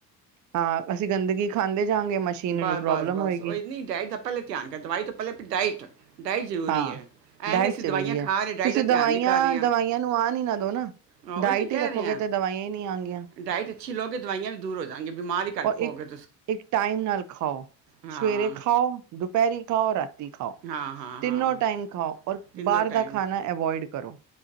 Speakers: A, on the right; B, on the right.
A: ਹਾਂ ਅਸੀਂ ਗੰਦਗੀ ਖਾਂਦੇ ਜਾਗੇ ਮਸ਼ੀਨ
B: ਬੱਸ-
A: ਨੂੰ ਪ੍ਰੋਬਲਮ
B: ਬਸ- ਬਸ
A: ਹੋਏਗੀ
B: ਉਹੀ ਨਈ, ਡਾਇਟ ਦਾ ਪਹਿਲਾ ਧਿਆਨ ਕਰ ਦਵਾਈ ਤੋਂ ਪਹਿਲਾਂ ਡਾਇਟ, ਡਾਇਟ ਜਰੂਰੀ
A: ਹਾਂ
B: ਏ, ਇਹ
A: ਡਾਇਟ
B: ਨੀ ਅਸੀਂ
A: ਜ਼ਰੂਰੀ
B: ਦਵਾਈਆਂ
A: ਹੈ
B: ਖਾ ਰਹੇ ਡਾਇਟ
A: ਤੁਸੀਂ
B: ਦਾ
A: ਦਵਾਈਆਂ
B: ਧਿਆਨ ਨਹੀਂ ਕਰ ਰਹੇ ਹਾਂ
A: ਦਵਾਈਆਂ ਨੂੰ ਆਣ ਨੀਨਾ ਦੋ ਨਾ।
B: ਹਾਂ, ਉਹੀ
A: ਡਾਇਟ
B: ਤਾਂ ਕਹਿ
A: ਹੀ ਰੱਖੋਗੇ
B: ਰਹੇ ਆ,
A: ਤੇ ਦਵਾਈਆਂ ਹੀ ਨਹੀਂ ਆਉਣਗੀਆਂ
B: ਡਾਇਟ ਅੱਛੀ ਲੋਗੇ ਦਵਾਈਆਂ ਵੀ ਦੂਰ ਹੋ ਜਾਣਗੀਆਂ, ਬਿਮਾਰ ਈ ਘੱਟ
A: ਔਰ
B: ਪੋਗੇ
A: ਇੱਕ ਇੱਕ ਟਾਈਮ ਨਾਲ ਖਾਓ,
B: ਹਾਂ
A: ਸਵੇਰੇ ਖਾਓ, ਦੁਪਹਿਰੀ ਖਾਓ, ਰਾਤੀ ਖਾਓ
B: ਹਾਂ ਹਾਂ
A: ਤਿੰਨੋ
B: ਹਾਂ
A: ਟਾਈਮ ਖਾਓ, ਔਰ
B: ਤਿੰਨੋਂ
A: ਬਾਹਰ
B: ਟਾਈਮ
A: ਦਾ ਖਾਣਾ ਅਵੋਇਡ ਕਰੋ